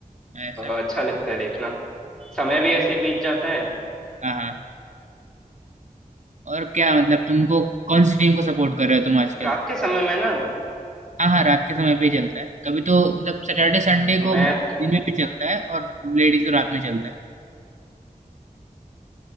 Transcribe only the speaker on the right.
ऐसा
हाँ हाँ और क्या मतलब तुमको कौन सी टीम को सपोर्ट कर रहे हो तुम आजकल
हाँ हाँ रात के समय पे ही चलता है कभी तो मतलब सैटरडे संडे
को दिन में भी चलता है और लेडीज तो रात में चलता है